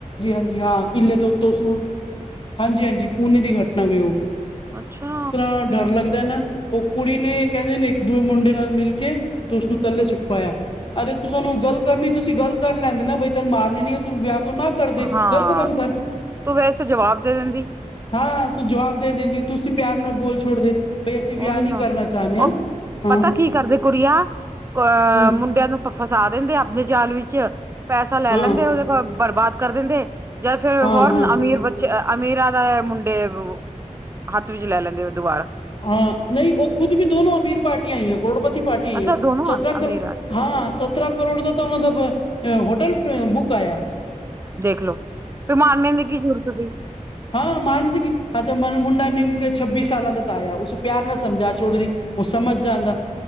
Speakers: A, on the left; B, on the right.
A: ਜੀ ਹਾਂ ਕਿਲੇ ਦੇ ਉਤੋਂ ਸੁ ਹਾਂਜੀ-ਹਾਂਜੀ ਪੂਨੇ ਦੀ ਘਟਨਾ ਵੇ ਔ।
B: ਅੱਛਾ!
A: ਹਾਂ ਡਰ ਲੱਗਦੈ ਨਾ। ਔ ਕੁੜੀ ਨੇ ਕੈਂਦੇ ਨੇ ਇੱਕ ਦੂਏ ਮੁੰਡੇ ਨਾਲ ਮਿਲ ਕੇ ਤੇ ਉਸਨੂੰ ਥੱਲੇ ਸੁੱਟ ਪਾਇਆ। ਅਜੇ ਤੁਸਾਨੂੰ ਗੱਲ ਕਰਨੀ ਤੁਸੀ ਗੱਲ ਕਰ ਲੈਂਦੇ ਨਾ ਬਈ ਤੁਆਨੂੰ ਮਾਰਨੇ ਨੀ ਐ ਤੂੰ ਵਿਆ ਤੋ ਨਾ ਕਰਦੇ,
B: ਹਾਂ
A: ਗਲ ਖਤਮ ਕਰ।
B: ਤੂੰ ਵੈਸੇ ਜਵਾਬ ਦੇ ਦਿੰਦੀ
A: ਹਾਂ, ਤੂੰ ਜਵਾਬ ਦੇ ਦੇਂਦੀ। ਤੁਸੀਂ ਪਿਆਰ ਨਾਲ ਬੋਲ ਛੋੜਦੇ। ਬਈ ਅਸੀਂ ਵਿਆਹ
B: ਔਰ
A: ਨਹੀਂ
B: ਨਾ।
A: ਕਰਨਾ ਚਾਹੁੰਦੇ ਹਾਂ
B: ਔ
A: ਹਾਂ
B: ਪਤਾ ਕੀ ਕਰਦੇ ਕੁੜੀਆਂ ਕ
A: ਹਮ
B: ਮੁੰਡਿਆਂ ਨੂੰ ਫਸਾ ਦਿੰਦੇ ਆਪਣੇ ਜਾਲ ਵਿੱਚ। ਪੈਸਾ ਲੈ
A: ਹਾਂ
B: ਲੈਂਦੇ ਔਦੇ ਕੋਲ, ਬਰਬਾਦ ਕਰ ਦਿੰਦੇ ਜਾਂ ਫੇਰ
A: ਹਾਂ
B: ਹੋਰ
A: ਹਾਂ
B: ਨ ਅਮੀਰ ਬੱ ਚ ਅ ਅਮੀਰਾਂ ਦਾ ਮੁੰਡੇ ਵੋ ਹੱਥ ਵਿੱਚ ਲੈ ਲੈਂਦੇ ਵੋ ਦੋਬਾਰਾ।
A: ਹਾਂ ਨਈ ਔ ਖੁਦ ਵੀ ਦੋਨੋ ਅਮੀਰ ਪਾਰਟੀਆਂ ਆਈਆਂ, ਕਰੋੜਪਤੀ ਪਾਰ ਟੀਆਂ।
B: ਅੱਛਾ ਦੋਨੋ
A: <unintelligible>
B: ਆ ਅਮੀਰ ਅੱਛਾ
A: ਹਾਂ ਸਤਰਾਂ ਕਰੋੜ ਦਾ ਤਾ ਔਨਾਂ ਦਾ ਬ ਅ ਹੋਟਲ ਅ ਬੁੱਕ ਆਇਆ।
B: ਦੇਖ ਲੋ, ਵੀ ਮਾਰਨੇ ਦੀ ਕੀ ਜ਼ਰੂਰਤ ਸੀ?
A: ਹਾਂ, ਮਾਰਨ ਦੀ ਕੀ, ਹਾਂ ਤੇ ਮ ਮੁੰਡਾ, ਨਿਮ ਕੇ ਛੱਬੀ ਸਾਲਾਂ ਦਾ ਆਇਆ, ਉਸ ਪਿਆਰ ਨਾਲ ਸਮਝਾ ਛੋੜਦੀ ਉਹ ਸਮਝ ਜਾਂਦਾ,